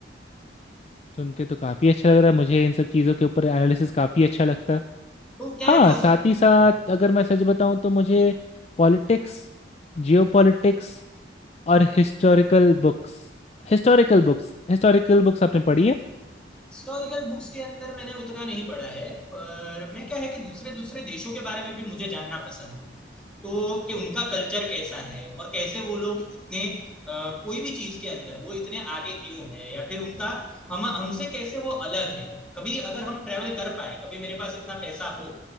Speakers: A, on the left; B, in the centre.
A: सुन के तो काफ़ी अच्छा लग रहा है मुझे इन सब चीज़ों के ऊपर एनालिसिस काफ़ी अच्छा लगता है
B: तो क्या
A: हाँ
B: है कि उस
A: साथ
B: हम्म,
A: ही साथ अगर मैं सच बताऊँ तो मुझे पॉलिटिक्स जियोपॉलिटिक्स और हिस्टोरिकल बुक्स हिस्टोरिकल बुक्स हिस्टोरिकल बुक्स आपने पढ़ी है
B: हिस्टोरिकल बुक्स के अंदर मैंने उतना नहीं पढ़ा है पर मैं क्या है कि दूसरे दूसरे देशों के बारे में भी मुझे जानना पसंद है तो कि उनका कल्चर कैसा है और कैसे वो लोग इतने अ, कोई भी चीज के अंदर वो इतने आगे क्यों है या फिर उनका हम हमसे कैसे वो अलग है कभी अगर हम ट्रेवल कर पाए कभी मेरे पास इतना पैसा हो